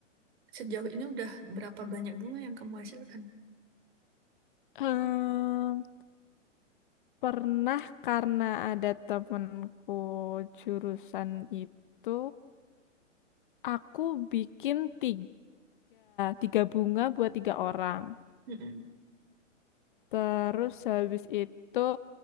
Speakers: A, on the right (about 55°); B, on the left (about 40°).
A: Sejauh ini udah berapa banyak bunga yang kamu hasilkan?
B: Em, pernah karena ada temenku jurusan itu, aku bikin tiga, tiga bunga buat tiga orang.
A: Mm-mm.
B: Terus habis itu